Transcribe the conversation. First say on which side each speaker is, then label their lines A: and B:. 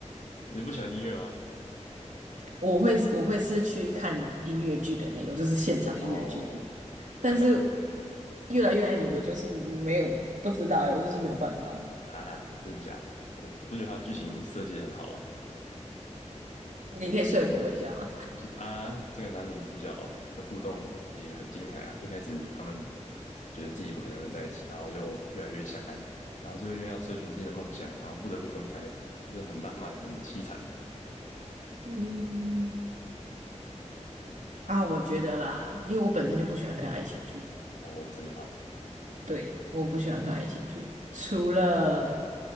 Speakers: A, on the left; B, on the right.
A: 你不喜欢音乐吗？
B: 我会我会是去看音乐剧的那种，就是现场音乐剧。
A: 哦，
B: 但是
A: 大概懂，
B: 越来越爱你，我就是没有不知道哎、我就是没有办法。
A: 哈哈，真的假的？我不觉得它剧情设计得很好吗？
B: 你可以说服我一下吗？
A: 就他这个男女主角的互动也很精彩啊。一开始他们觉得自己不可能会在一起，然后就越来越相爱，然后最后因为要追寻自己的梦想，然后不得不分开，这是很浪漫、很凄惨。
B: 嗯，啊，我觉得啦，因为我本身就不喜欢看爱情剧，
A: 哦，真的吗？
B: 对，我不喜欢看爱情剧，除了